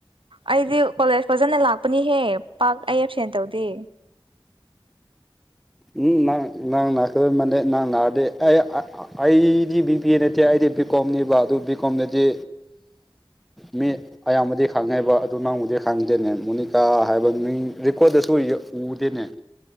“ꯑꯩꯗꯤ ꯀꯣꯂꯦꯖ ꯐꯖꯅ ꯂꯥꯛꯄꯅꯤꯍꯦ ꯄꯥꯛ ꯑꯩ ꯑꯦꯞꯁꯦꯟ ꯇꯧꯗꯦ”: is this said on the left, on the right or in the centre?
Right